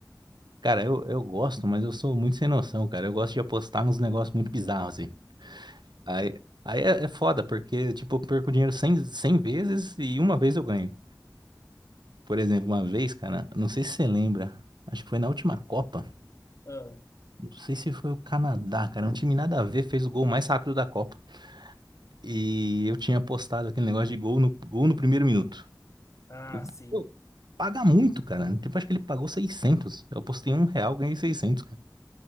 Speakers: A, on the right (about 80°); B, on the left (about 45°).
A: cara, eu, eu gosto, mas eu sou muito sem noção, cara. Eu gosto de apostar nos negócios muito bizarros, assim. Aí, aí é, é foda, porque, tipo, eu perco dinheiro cem cem vezes e uma vez eu ganho. Por exemplo, uma vez, cara, não sei se você lembra, acho que foi na última Copa,
B: Ah,
A: não sei se foi o Canadá, cara, um time nada a ver, fez o gol mais rápido da Copa. E eu tinha apostado aquele negócio de gol no, gol no primeiro minuto.
B: ah,
A: Eu,
B: sim.
A: eu, paga muito, cara. Tipo, acho que ele pagou seiscentos Eu apostei um real, ganhei 600,